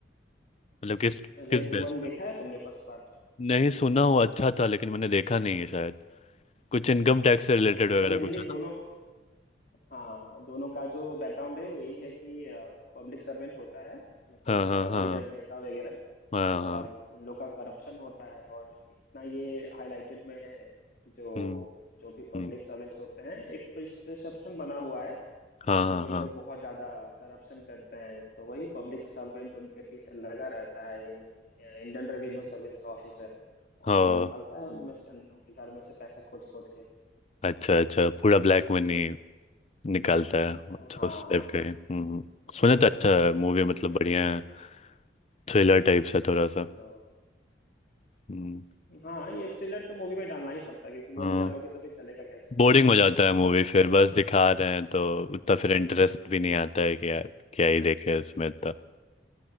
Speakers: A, on the left; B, on the left.
A: मतलब किस किस
B: रेड
A: बेस
B: वन देखा
A: पे
B: है तुमने First part
A: नहीं सुना हुआ अच्छा था लेकिन मैंने देखा नहीं है शायद कुछ इनकम टैक्स से रिलेटेड
B: हाँ
A: वगैरह
B: वो मेनली
A: कुछ है
B: दोनों
A: ना
B: हाँ दोनों का जो बैकग्राउंड है वो यही है कि पब्लिक सर्वेंट होता है मतलब
A: हाँ हाँ हाँ
B: लीडर नेता वगैरह
A: हाँ हाँ
B: और उन लोग का करप्शन होता है और इतना ये हाईलाइटेड में है जो
A: हम्म
B: जो भी पब्लिक
A: हम्म,
B: सर्वेंट्स होते हैं एक प्रिसेप्शन बना हुआ है
A: हाँ
B: कि
A: हाँ
B: ये
A: हाँ
B: लोग बहुत ज्यादा करप्शन करते हैं तो वही पब्लिक सर्वेंट उनके पीछे लगा रहता है इन इंडियन रेवेन्यू सर्विस का ऑफिसर और
A: हाँ
B: वो निकालता है उनमें से उन- उनके घर में से पैसा खोज खोज के
A: अच्छा अच्छा पूरा ब्लैक मनी निकालता है
B: हाँ
A: अच्छा उस टाइप का है हम्म
B: वही
A: सुना तो
B: ना
A: अच्छा है मूवी मतलब
B: बिल्कुल
A: बढ़िया है थ्रिलर टाइप सा थोड़ा
B: हाँ
A: सा हम्म।
B: हाँ ये थ्रिलर तो मूवी में डालना ही पड़ता है क्योंकि वो
A: हाँ
B: नहीं डालोगे तो फिर चलेगा कैसे मूवी
A: बोरिंग हो जाता है मूवी फिर बस दिखा रहे हैं तो
B: हम्म
A: उतना फिर इंटरेस्ट भी नहीं आता है कि यार क्या ही देखे इसमें इतना